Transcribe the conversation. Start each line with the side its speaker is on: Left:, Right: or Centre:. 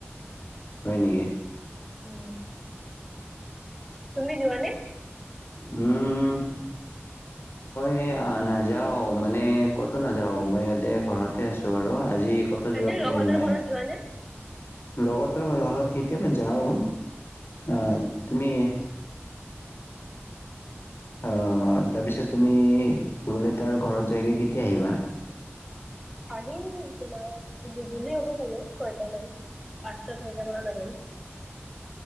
Left: হয় নেকি
Centre: উ তুমি যোৱা নে
Left: উম এ আ নাযাও মানে ক'তো নাযাও মই ইয়াতে ঘৰতে আছো আৰু আজি কটো যোৱা
Centre: এনে
Left: প্লেন
Centre: লগহঁতৰ
Left: নাই
Centre: ঘৰত যোৱানে?
Left: লগতোৰ ঘৰ ঘৰত কেতিয়াবা যাও আহ
Centre: উম
Left: তুমি অ তাৰপিছত তুমি কি বোলে তাৰ ঘৰত যায়কে কেতিয়া আহিবা
Centre: আহিম তোমাৰ গোধূলি হ'ব চাগে ছয়টা মান পাঁচটা ছয়টা মানত আহিম